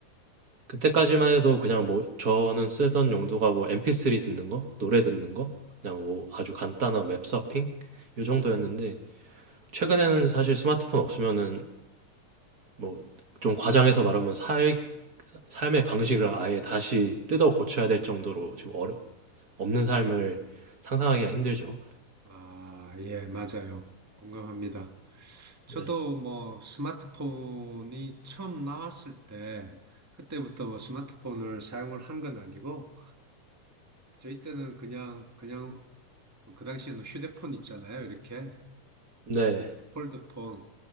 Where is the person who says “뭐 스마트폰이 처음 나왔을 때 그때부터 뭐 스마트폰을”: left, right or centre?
Right